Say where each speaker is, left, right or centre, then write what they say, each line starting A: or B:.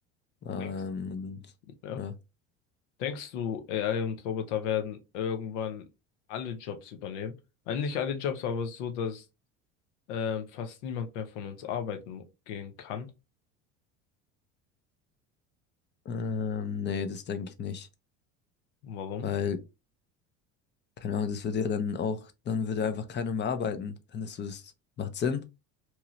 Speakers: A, on the left; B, on the left.
A: Ähm,
B: Denkst,
A: und,
B: ja.
A: ja.
B: Denkst du, AI und Roboter werden irgendwann alle Jobs übernehmen? Äh, nicht alle Jobs, aber so, dass ähm, fast niemand mehr von uns arbeiten gehen kann.
A: Ähm, nee, das denke ich nicht.
B: Warum?
A: Weil, keine Ahnung, das würde ja dann auch, dann würde einfach keiner mehr arbeiten. Findest du, das macht Sinn?